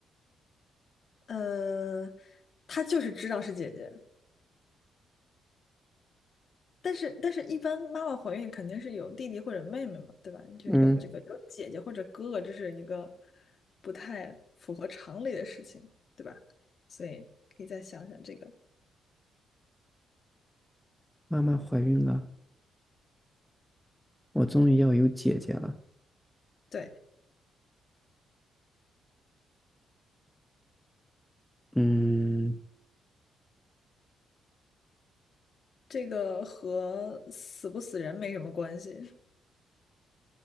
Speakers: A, on the left (about 50°); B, in the centre.
A: 呃，她就是知道是姐姐，但是但是一般妈妈怀孕肯定是有弟弟或者妹妹嘛，对吧？你这个这个有姐姐或者哥哥，
B: 嗯，
A: 这是一个不太符合常理的事情，对吧？所以可以再想想这个。
B: 妈妈怀孕了，我终于要有姐姐了。
A: 对，
B: 嗯，
A: 这个和死不死人没什么关系，